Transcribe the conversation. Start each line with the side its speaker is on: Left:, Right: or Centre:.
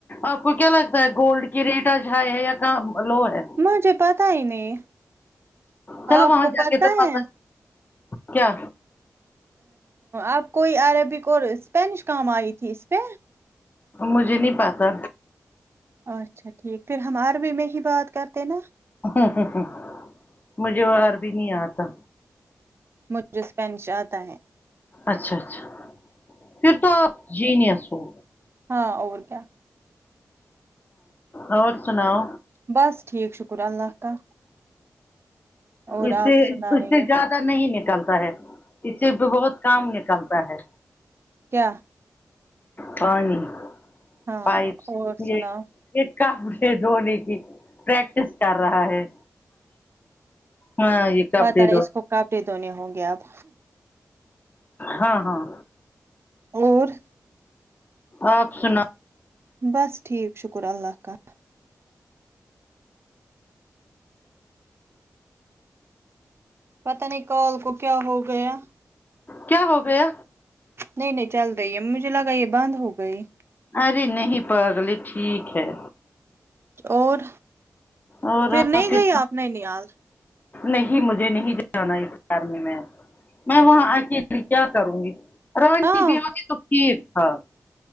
Left: آپ کو کیا لگتا ہے گولڈ کی ریٹ آج ہائی ہے یا کہاں لو ہے
Right: مجھے پتا ہی نہیں
Left: چلو
Right: آپ
Left: وہاں
Right: کو
Left: جا کے پتا
Right: ہے
Left: کیا
Right: آپ کوئی عربک اور اسپینش کام آئی تھی اس پہ
Left: مجھے نہیں پاتا
Right: اچھا ٹھیک پھر ہم عربی میں ہی بات کرتے ہیں نا
Left: ہ ہ ہ مجھے عربی نہیں آتا
Right: مجھے اسپینش آتا ہے
Left: اچھا اچھا پھر تو آپ جینئس ہو
Right: ہاں اور کیا
Left: اور سناؤ
Right: بس ٹھیک شکر اللہ کا اور
Left: اس
Right: آپ
Left: سے
Right: سنائیے
Left: اس سے زیادہ نہیں نکلتا ہے اس سے بہت کام نکلتا ہے
Right: کیا
Left: پانی
Right: ہاں
Left: پائپس
Right: اور سناؤ
Left: ایک کافھ دھنے کی پریکٹس کر رہا ہے ہاں یہ کپڑے
Right: پتہ نہیں
Left: دھونا
Right: اس کو
Left: ہے
Right: کپڑے دھونے ہوں گے اب
Left: ہاں ہاں
Right: اور
Left: آپ سناو
Right: بس ٹھیک شکر اللہ کا پتا نہیں کال کو کیا ہو گیا
Left: کیا ہو گیا
Right: نہیں نہیں چل رہی ہے مجھے لگا یہ بند ہو گئی
Left: ارے نہیں پگلی ٹھیک ہے
Right: اور
Left: اور
Right: نہیں
Left: پھر
Right: گئی آپ نینیال
Left: نہیں مجھے نہیں جانا <unintelligible> میں وہاں آ کے کیا کروں گی رنی
Right: ہاں
Left: بھی ہوتی تو ٹھیک تھا